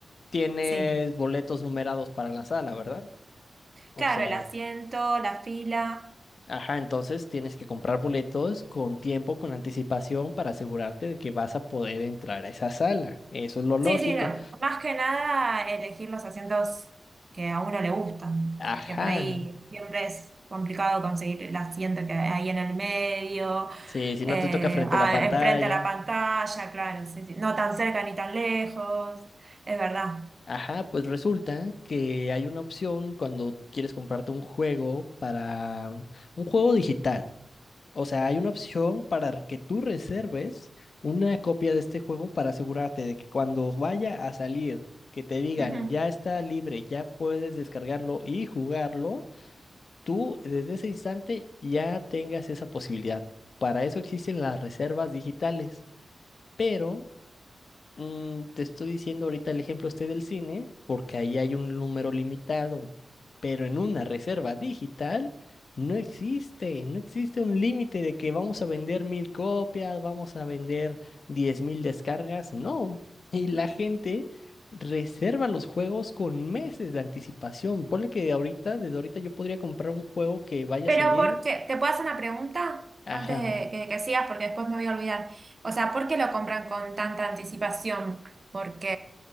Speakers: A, on the left (about 50°); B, on the right (about 40°).
A: tienes
B: Sí,
A: boletos numerados para la sala, ¿verdad? O
B: claro,
A: sea,
B: el asiento, la fila.
A: ajá, entonces tienes que comprar boletos con tiempo, con anticipación, para asegurarte de que vas a poder entrar a esa sala. Eso es lo lógico.
B: Sí, sí, no. Más que nada elegir los asientos que a uno le gustan,
A: Ajá,
B: porque por ahí siempre es complicado conseguir el asiento que hay en el medio,
A: sí, si no
B: eh,
A: te toca frente
B: a-
A: a la pantalla.
B: enfrente a la pantalla, claro, sí, sí. No tan cerca ni tan lejos, es verdad.
A: Ajá, pues resulta que hay una opción cuando quieres comprarte un juego para um, un juego digital. O sea, hay una opción para que tú reserves una copia de este juego para asegurarte de que cuando vaya a salir, que te digan
B: Ujú.
A: ya está libre, ya puedes descargarlo y jugarlo, tú desde ese instante ya tengas esa posibilidad. Para eso existen las reservas digitales. Pero Mm, te estoy diciendo ahorita el ejemplo este del cine, porque ahí hay un número limitado, pero en una reserva digital no existe, no existe un límite de que vamos a vender mil copias, vamos a vender diez mil descargas, no. Y la gente reserva los juegos con meses de anticipación. Ponle que ahorita, desde ahorita yo podría comprar un juego que vaya
B: Pero
A: a salir,
B: porque, ¿te puedo hacer una pregunta
A: ajá.
B: antes de que, que sigas? Porque después me voy a olvidar. O sea, ¿por qué lo compran con tanta anticipación? Porque,